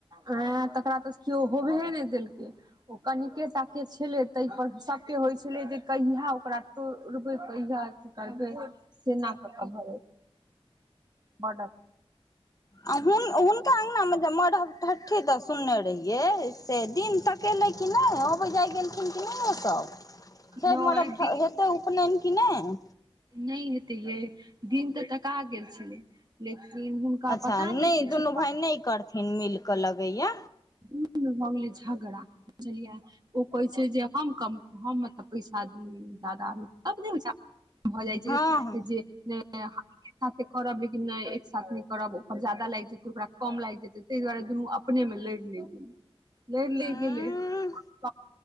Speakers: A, on the right; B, on the left.
A: अ तकरा तऽ केओ होबेे नहि देलकै। ओ कनिकेटा के छलै ताहिप सभके होइत छलै जे कहिया ओकरा तोड़बै कहिया अथी करबै से न क क भर बड
B: आ हुनका अङ्गनामे जे मरब ठ्ठी तऽ सुनने रहियै से दिन तकेलै कि नहि अबै जाइ गेलखिन कि नहि ओ सभ? से
A: नहि
B: <unintelligible>
A: दिन
B: हेतै उपनयन कि नहि?
A: नहि हेतै यैय दिन तऽ का गेल छलै। लेकिन हुनका
B: अच्छा
A: पता नहि किछ
B: दुनू भाय नहि करथिन मिल कऽ लगैया
A: भऽ गेलै झगड़ा बुझलियै ओ कहै छैय जे हम कम हम मतलब पैसा जादा ने भऽ जाइ छैय
B: हँ हँ
A: जे <unintelligible> एक साथे करब लेकिन नहि एक साथ नहि करब ओकर जादा लागि जेतै ओकरा कम लागि जेतै ताहि दुआरे दुनू अपने मे लैर लेल गेलै लैर लेल
B: उं
A: गेलै त